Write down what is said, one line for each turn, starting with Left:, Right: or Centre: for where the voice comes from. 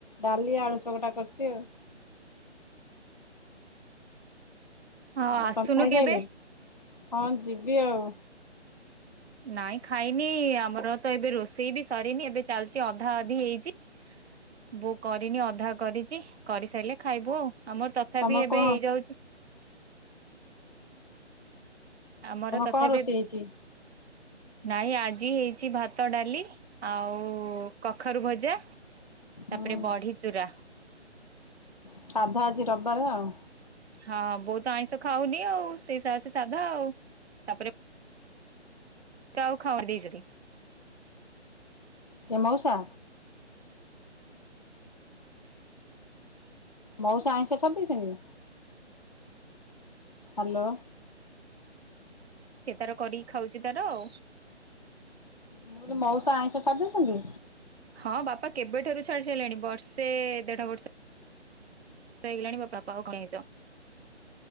Left: ଡାଲି ଆଳୁ ଚକଟା କରିଛି ଆଉ।
Right: <inaudible> ହଁ
Left: ଆଉ
Right: ଆସୁନୁ
Left: ତମେ ଖାଇସାଇଲଣି?
Right: କେବେ।
Left: ହଁ ଯିବି ଆଉ।
Right: ନାଇଁ ଖାଇନି ଆମର ତ ଏବେ ରୋଷେଇ ବି ସରିନି ଏବେ ଚାଲିଛି ଅଧା ଅଧି ହେଇଛି। <inaudible> ବୋ କରିନି ଅଧା କରିଛି କରିସାରିଲେ ଖାଇବୁ ଆଉ। ଆମର ତଥାପି
Left: ତମର
Right: ଏବେ
Left: କଣ
Right: ହେଇଯାଉଛି। <inaudible> ଆମର
Left: ତମର
Right: ତଥାପି
Left: କଣ ରୋଷେଇ ହେଇଛି।
Right: ନାଇଁ ଆଜି ହେଇଛି ଭାତ ଡାଲି ଆଉ କଖାରୁ ଭଜା। ତାପରେ
Left: ହୁଁ।
Right: ବଢି ଚୂୁରା।
Left: ସାଧା ଆଜି ରବିବାର ଆଉ।
Right: ହଁ ବଉତ ଆଇଁଷ ଖାଉନି ଆଉ ସେଇ ସେ ସାଧା ଆଉ। ତାପରେ ଚାଉ ଖାଉଣ ଦେଇ ଯି
Left: କେ ମଉସା। ମଉସା ଆଇଁଷ ସାରି ଦେଇଛନ୍ତି। ହ୍ୟାଲୋ।
Right: ସେ ତାର କରିକି ଖାଉଛି ତାର ଆଉ।
Left: ମୁଁ କହିଲି ମଉସା
Right: ତି
Left: ଆଇଁଷ ଛାଡ଼ି ଦେଇଛନ୍ତି?
Right: ହଁ ବାପା କେବେଠାରୁ ଛାଡି ସାରିଲେଣି। ବର୍ଷେ ଦେଢ ବର୍ଷ ଇଗଲାଣି ବାପା ପାଉ ଆଇଁସ।